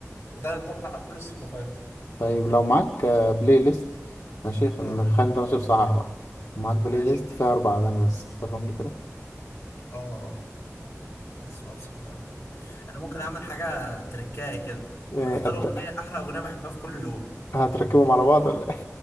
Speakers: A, on the left; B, on the left.
A: وده ينطبق على كل الثقافات
B: طيب لو معاك آه، بلاي ليست ماشي خلينا
A: اه
B: خلينا انت ماشي في صحرا بقى ومعاك بلاي
A: ماشي
B: ليست فيها اربع اغاني بس اختارهم لي كده
A: اه اه ده سؤال صعب قوي انا ممكن اعمل حاجه تركايه كده
B: إيه،
A: اختار
B: هت-
A: اغنيه احلى اغنيه بحبها في كل لون
B: هتركبهم على بعض ولا ايه